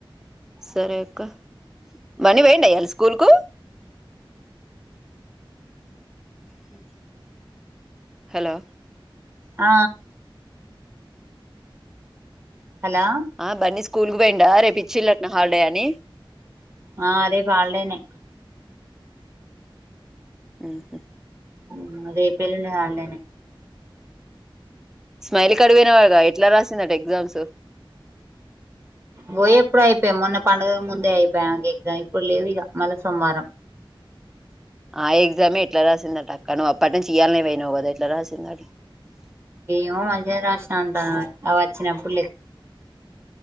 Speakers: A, in the centre; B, on the right (about 30°).
A: సరేక్క మనీ పోయిండా ఇయ్యాల స్కూల్ కు హ హలో
B: ఆ హలో
A: ఆ బన్నీ స్కూల్ పోయిండా రేపిించ చిల్లట్న హార్డే అని
B: ఆ అదే రేపు హాలిడేనే
A: ఉహు
B: హ్మ్మ్ రేపు ఎల్లుండి హాలిడేనే
A: స్మైల్ కడువన వాడుగా ఎట్లా రాసిందట ఎగ్జామ్స్
B: పోయి ఎప్పుడు అయిపోయాం మొన్న పండుగ ముందే అయిపోయాంక ఎగ్జామ్ ఇప్పుడు లేవు ఇక మళ్ళీ సోమవారం
A: ఆ ఎగ్జామ్ ఎట్లా రాసిందట అక్క నువ్ అప్పటిం ఇయ్యాలనే పోయినావు కదా ఎట్లా రాసింద అ
B: ఏమో మంచిగానే రాసిన అంటా అ వచ్చినప్పుడు